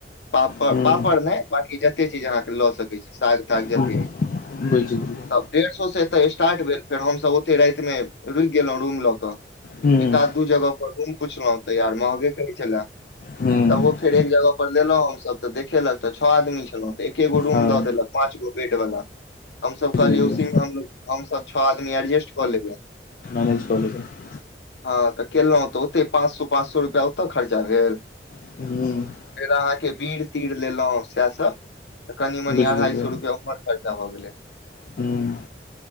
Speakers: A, on the left; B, on the left.
A: पापड़
B: ह्म
A: पापड़ नै बाकी जते चीज अहाँ कऽ लए सक साग ताग जते
B: ह्म
A: हो छै
B: बुझि गेलियै
A: <inaudible> सब डेढ़ सौ से एतय स्टार्ट भेल फेर हमस ओते रात म रुकि गेलैं रूम लऽ कऽ
B: ह्म
A: एक आध दू जगह पर रूम पुछलौं तऽ यार महंगे कहै छलै
B: ह्म
A: तबो फेर एक जगह पर लेलौं हमसभ तऽ देखेलक तऽ छओ आदमी छलौं तऽ एकेगो रूम
B: हँ
A: दऽ देलक पाँच गो बेड वला हम सब
B: बुझि
A: कहलिय
B: गेलियै
A: उसी में हमलोग हम सब छ आदमी एरजस्ट कऽ लेवैय
B: <unintelligible>
A: हँ तऽ केलौं तऽ ओतय पाँच सौ पाँच सौ रुपआ ओतऽ खर्चा भेल
B: <unintelligible>
A: फेर अहाँकेँ बीर तीर लेलों सेह सब तऽ कनी मनी
B: बुझि
A: अढ़ाई
B: गेलियै
A: सौ रुपआ उम्हर खर्चा भऽ गेलै
B: ह्म